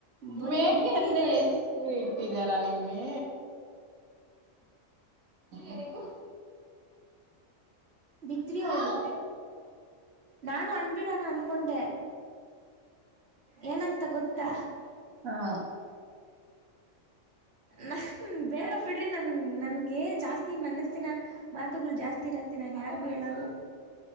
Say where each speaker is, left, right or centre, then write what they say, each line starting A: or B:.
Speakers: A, on the right; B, on the right.
A: ಬೊಲೆ
B: ಮೇಕೆ
A: ಬಿತ್ರಿ
B: ಅಂತ
A: ಇದ್ದಾಳೆ
B: ಹೆಸ್ರು ಇಟ್ಟಿದಾರ ನಿಮ್ಗೆ
A: ಹ್ಮ
B: ಎರಗು
A: ಬಿತ್ರಿ
B: ಹ್ಮ್
A: ಅವಳು ನಾನು ಅನ್ಬೇಡ ಡ ಅನ್ಕೊಂಡೆ ಏನಂತ ಗೊತ್ತಾ
B: ಹಾ
A: ನಹ್ನ್ ಬೇಡ ಬಿಡ್ರಿ ನನ್ ನನ್ಗೆ ಜಾಸ್ತಿ ಮನಸ್ಸಿನ ಮಾತುಗಳು ಜಾಸ್ತಿ ಇರತ್ತೆ ನನ್ ಯಾರಿಗು ಹೇಳಲ್ಲ